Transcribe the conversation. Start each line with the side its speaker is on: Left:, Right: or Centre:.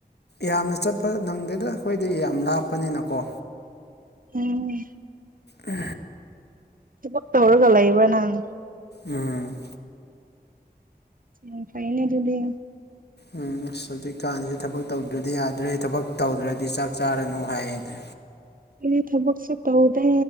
Left: ꯌꯥꯝꯅ ꯆꯠꯄ ꯅꯪꯗꯗ ꯑꯩꯈꯣꯏꯗꯤ ꯌꯥꯝ ꯂꯥꯞꯄꯅꯤꯅꯀꯣ
Right: ꯎꯝ
Left: ꯎ
Right: ꯊꯕꯛꯇ ꯇ ꯍꯧꯔꯒ ꯂꯩꯕ ꯅꯪ
Left: ꯎꯝ
Right: ꯎ ꯐꯩꯅꯔꯗꯤ
Left: ꯎꯝ ꯑꯁ ꯍꯧꯖꯤꯛꯀꯥꯟꯁꯦ ꯊꯕꯛ ꯇꯧꯗ꯭ꯔꯗꯤ ꯌꯥꯗ꯭ꯔꯦ ꯊꯕꯛ ꯇꯧꯗ꯭ꯔꯗꯤ ꯆꯥꯛ ꯆꯥꯔꯅꯨ ꯍꯥꯏꯌꯦꯅꯦ
Right: ꯑꯩꯗꯤ ꯊꯕꯛꯁꯨ ꯇꯧꯗꯦ